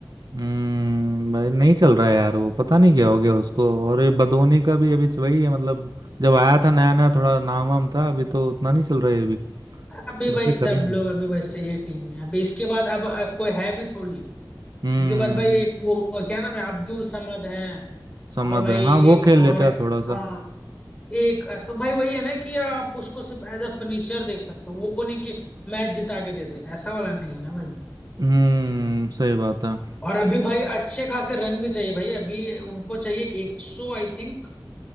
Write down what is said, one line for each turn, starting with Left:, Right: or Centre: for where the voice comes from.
Right: हम्म भाई नहीं चल रहा है यार वो पता नहीं क्या हो गया उसको और ये बदोनी का भी अभी वही है मतलब जब आया था नया नया थोड़ा नाम वाम था अभी तो उतना नहीं चल रहा है अभी
Left: अभी
Right: कैसे
Left: भाई सब
Right: करेंगे
Left: लोग अभी वैसे ही है टीम में अभी इसके बाद अब अ, कोई है भी थोड़ी
Right: हम्म
Left: इसके बाद भाई एक वो क्या नाम है अब्दुल समद है
Right: समझ
Left: और भाई
Right: है हाँ वो
Left: एक
Right: खेल
Left: और
Right: लेता है थोड़ा
Left: हाँ
Right: सा
Left: एक अ, तो भाई वही है ना कि आप उसको सिर्फ एज अ फिनिशर देख सकते हो वो नहीं कि मैच जिता के दे दे ऐसा वाला नहीं है ना भाई।
Right: हम्म सही बात है
Left: और अभी भाई अच्छे खासे रन भी चाहिए भाई अभी उनको चाहिए 100 आई थिंक